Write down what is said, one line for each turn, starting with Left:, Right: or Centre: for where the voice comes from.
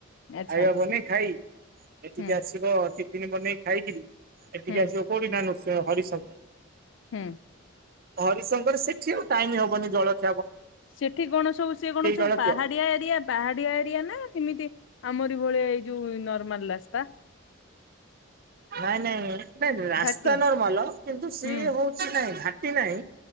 Left: ଆଚ୍ଛା
Right: ଖାଇବା ବନେଇ ଖାଇ ଏଠିକି
Left: ହୁଁ
Right: ଆସିବ ତି ଇନି ବନେଇ ଖାଇକିରି ଏଠିକି
Left: ହୁଁ
Right: ଆସିବ କୋଉଠି ନା ନୃସିଂ ହରିଶ
Left: ହୁଁ।
Right: ହରିଶଙ୍କର ସେଠି ଆଉ ଟାଇମ ହବନି ଜଳ
Left: ସେଠି କଣ ସବୁ ସିଏ କଣ ସବୁ
Right: ଜଳଖିଆ
Left: ପାହାଡିଆ ଏରିଆ ପାହାଡିଆ ଏରିଆନା ଏମିତି ଆମରି ଭଳିଆ ଏ ଯଉ ନର୍ମାଲ୍ ରାସ୍ତା।
Right: ନାଇଁ ନାଇଁ ନାଇଁ ରାସ୍ତା
Left: ଘାଟି
Right: ନର୍ମାଲ କିନ୍ତୁ ସିଏ
Left: ହୁଁ
Right: ହଉଛି ନାଇଁ ଘାଟି ନାହିଁ।